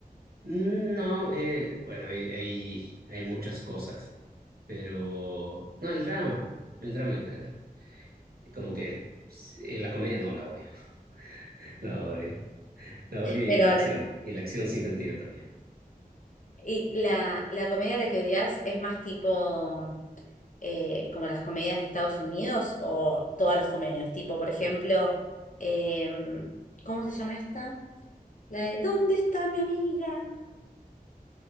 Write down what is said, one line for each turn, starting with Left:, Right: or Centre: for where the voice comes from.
Right: mm, No, eh, bueno, hay, hay, hay muchas cosas, pero... No, el drama. El drama en general. Como que pues, eh, la comedia no la odio. <laughs> La odio. La odio
Left: Pero
Right: y la acción.
Left: la,
Right: Y la acción sin sentido también.
Left: y la, la comedia a la que odias es más tipo eh, como las comedias de Estados Unidos o todas las comedias. Tipo, por ejemplo,
Right: <laughs>
Left: em, ¿cómo se llama esta? La de ¿Dónde está mi amiga?